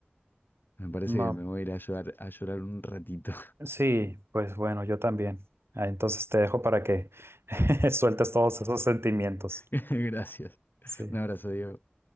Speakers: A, on the left; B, on the right.
A: me parece
B: No,
A: que me voy a ir a llorar, a llorar un ratito.
B: sí, pues bueno, yo también. Ah, entonces te dejo para que <laughs> sueltes todos esos sentimientos.
A: <laughs> Gracias.
B: Sí.
A: Un abrazo, Diego.